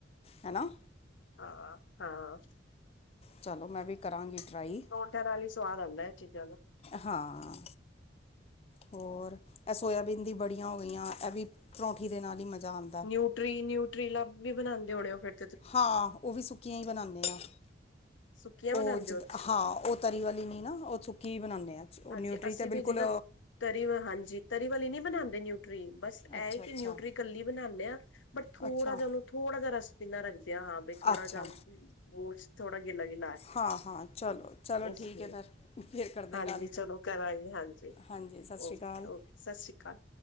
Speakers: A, on the left; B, on the left.
A: ਹੈਨਾ।
B: ਹਾਂ- ਹਾਂ।
A: ਚਲੋ ਮੈਂ ਵੀ ਕਰਾਂਗੀ ਟਰਾਈ।
B: ਪਰੋਠਿਆਂ ਨਾਲ ਹੀ ਸਵਾਦ ਆਉਂਦਾ ਇਹ ਚੀਜ਼ਾਂ ਦਾ।
A: ਹਾਂ। ਹੋਰ, ਇਹ ਸੋਇਆਬੀਨ ਦੀ ਬੜੀਆਂ ਹੋ ਗਈਆਂ, ਇਹ ਵੀ ਪਰੌਂਠੀ ਦੇ ਨਾਲ ਹੀ ਮਜ਼ਾ ਆਂਦਾ।
B: ਨਿਊਟਰੀ ਨਿਊਟਰੀਲਾ ਵੀ ਬਣਾਉਂਦੇ ਹੋਣੇ ਹੋ ਫੇਰ?
A: ਹਾਂ ਉਹ ਵੀ ਸੁੱਕੀਆਂ ਹੀ ਬਣਾਉਂਦੇ ਹਾ
B: ਸੁੱਕੀਆਂ ਬਣਾਉਂਦੇ
A: ਉਹ ਜਿੱਦ
B: ਹੋ ਅੱਛਾ
A: ਹਾਂ। ਉਹ ਤਰੀ ਵਾਲੀ ਨਹੀਂ ਨਾ, ਉਹ ਸੁੱਕੀ ਹੀ ਬਣਾਉਂਦੇ ਹਾਂ ਉਹ
B: ਹਾਂਜੀ
A: ਨਿਊਟਰੀ
B: ਅਸੀਂ
A: ਤਾਂ ਬਿਲਕੁਲ
B: ਵੀ ਜਿੱਦਾਂ, ਤਰੀ ਹਾਂਜੀ ਤਰੀ ਵਾਲੀ ਨੀ ਬਣਾਉਂਦੇ ਨ- ਓਟਰੀ ਬਸ ਇਹ
A: ਅੱਛਾ ਅੱਛਾ
B: ਕਿ ਨਿਊਟਰੀ ਕੱਲੀ ਬਣਾਂਦੇ ਆ। ਬਟ ਥੋੜਾ
A: ਅੱਛਾ
B: ਜਿਹਾ ਉਹਨੂੰ ਥੋੜਾ ਜਹਾ ਰਸ ਪੀਨਾ ਰੱਖਦੇਿਆਂ ਹਾਂ ਬਈ ਥੋੜਾ
A: ਅੱਛਾ
B: ਜਿਹਾ। ਬੂਝ ਥੋੜਾ ਗਿੱਲਾ- ਗਿਲਾ ਹੈ,
A: ਹਾਂ ਹਾਂ ਚਲੋ ਚਲੋ
B: ਇਸ
A: ਠੀਕ
B: ਲਈ,
A: ਹੈ ਫਿਰ ਫਿਰ ਕਰਦੇ
B: ਹਾਂਜੀ
A: ਗੱਲ
B: ਉਹ ਕਰਾਂਗੇ ਹਾਂਜੀ
A: ਹਾਂਜੀ ਸਤਿ ਸ਼੍ਰੀ
B: ਓਕੇ-
A: ਅਕਾਲ
B: ਓਕੇ ਸਤਿ੍ਰੀ ਅਕਾਲ।